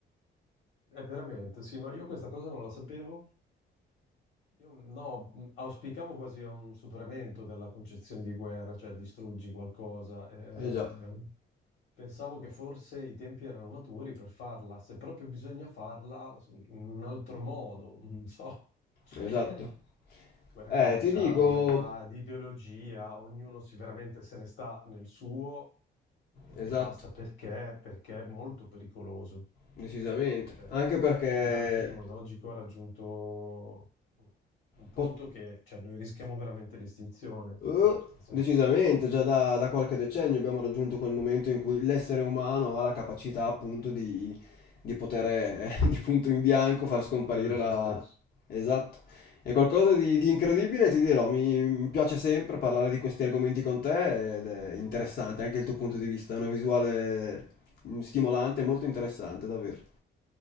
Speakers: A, on the left; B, on the left.
A: È veramente, sì, no, io questa cosa non la sapevo. Io no, mh, auspicavo quasi a un superamento della concezione di guerra, cioè distruggi qualcosa. eh,
B: Eh già,
A: pensavo che forse i tempi erano maturi per farla, se proprio bisogna farla s- in un altro modo, non so, <laughs> cioè,
B: esatto.
A: guerra
B: Eh,
A: commerciale,
B: ti dico,
A: guerra di ideologia, ognuno si veramente se ne sta nel suo e,
B: esatto,
A: e basta perché, perché è molto pericoloso.
B: decisamente.
A: Cioè,
B: Anche perché
A: il livello tecnologico ha raggiunto un punto
B: po-
A: che, cioè, noi rischiamo veramente l'estinzione,
B: Eh,
A: Mm, nel senso,
B: decisamente, già da, da qualche decennio abbiamo raggiunto quel momento in cui l'essere umano ha la capacità appunto di, di poter eh, <laughs> di punto in bianco far scomparire
A: distruggere se
B: la...
A: stesso.
B: Esatto. È qualcosa di, di incredibile, ti dirò, mi, mi piace sempre parlare di questi argomenti con te ed è interessante anche il tuo punto di vista, è una visuale mm, stimolante, molto interessante, davvero.